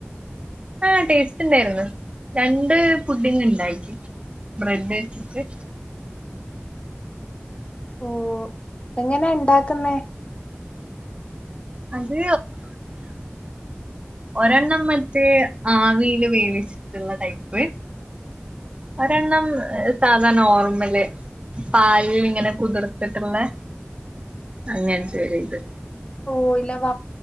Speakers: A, on the right; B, on the left.
A: ആഹ് ടേസ്റ്റ് ഇണ്ടായിരുന്നു രണ്ട് പുഡിങ് ഇണ്ടാക്കി ബ്രെഡ് വെച്ചിട്ട്
B: ഉം എങ്ങനെ ഇണ്ടാക്ക്ന്നേ
A: അത് ഒരെണ്ണം മറ്റ് ആവീല് വേവിച്ചിട്ട്ള്ള ടൈപ്പ് ഒരെണ്ണം സാധാ നോർമ്മല് പാലിൽ ഇങ്ങനെ കുതിർത്തിട്ട്ള്ളെ അങ്ങനെ ചെയ്ത്
B: ഓ ഇല വ